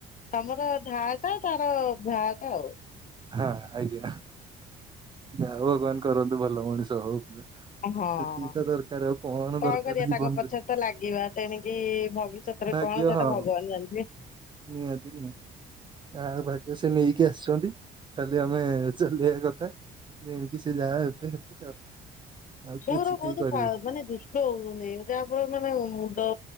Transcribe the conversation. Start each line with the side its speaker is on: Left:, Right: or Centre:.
Left: ତମର ଧା ଟା ତାର ଭ୍ରା ଟା ଆଉ।
Right: ହଁ ଆଜ୍ଞା। ଯାହା ହଉ ଭଗବାନ କରନ୍ତୁ ଭଲ ମଣିଷ ହଉ। <unintelligible>
Left: ହଁ,
Right: ସେତିକି ତ ଦରକାର ଆଉ
Left: କଣ
Right: ଦରକାର
Left: କରିବା
Right: ଜୀବନରେ
Left: ତାଙ୍କ ପଛରେ ତ ଲାଗିବା ତେଣିକି ଭବିଷ୍ୟତରେ
Right: ଭାଗ୍ୟ
Left: କଣ ସେଟା
Right: ହଁ
Left: ଭଗବାନ ଜାଣିଥିବେ।
Right: ନିହାତି ନିହାତି ଆଉ ଭାଗ୍ୟ ସେ ନେଇକି ଆସିଛନ୍ତି ଖାଲି ଆମେ ଚାଲିବା କଥା ତେଣିକି ସେ ଯାହା ହେବେ ହେବେ ଆଉ। ଆଉ
Left: ଛୁଆଗୁରା
Right: କିଛି କେହି
Left: ବହୁତ
Right: କରିବେ
Left: କ ମାନେ ଦୁଷ୍ଟ ହଉଛନ୍ତି। ଜା ଫଳରେ ମାନେ ମୁଣ୍ଡ